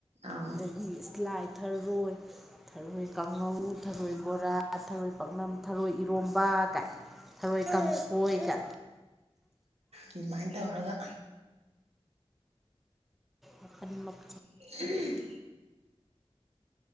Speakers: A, on the right; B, in the centre.
A: ꯑꯥꯎ
B: ꯑꯗꯒꯤ ꯂꯥꯏ ꯊꯔꯣꯏ ꯊꯔꯣꯏ ꯀꯥꯡꯉꯧ ꯊꯔꯣꯏ ꯕꯣꯔꯥ ꯊꯔꯣꯏ ꯄꯥꯛꯅꯝ ꯊꯔꯣꯏ ꯏꯔꯣꯝꯕ ꯀꯥꯏ ꯊꯔꯣꯏ ꯀꯥꯡꯁꯣꯏꯒ
A: ꯑꯗꯨꯃꯥꯏꯅ ꯇꯧꯔꯒ
B: ꯃꯈꯟ ꯃꯛ
A: ꯎꯝ